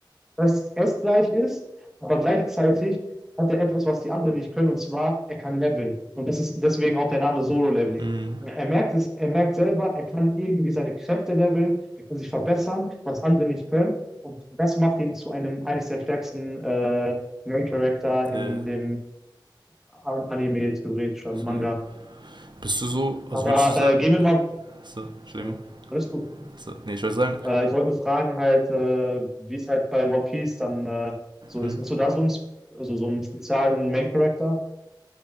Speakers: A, in the centre; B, on the right.
A: das es gleich ist, aber gleichzeitig hat er etwas, was die anderen nicht können, und zwar, er kann leveln. Und das ist deswegen auch der Name Solo-Leveling.
B: Mhm.
A: Er merkt es, er merkt selber, er kann irgendwie seine Kräfte leveln, er kann sich verbessern, was andere nicht können. Und das macht ihn zu einem eines der stärksten äh, Main Character in
B: Nee.
A: dem Anime, theoretisch, oder Manga.
B: So. Bist du so, also
A: Aber
B: würdest du sagen,
A: äh, gehen wir mal.
B: so, Entschuldigung,
A: Sorry, alles gut.
B: so, nee, ich wollte sagen,
A: Äh, ich wollte nur fragen halt, äh, wie es halt bei One Piece dann äh, so
B: mhm.
A: ist. Hast du da so einen, also so einen speziellen Main Character?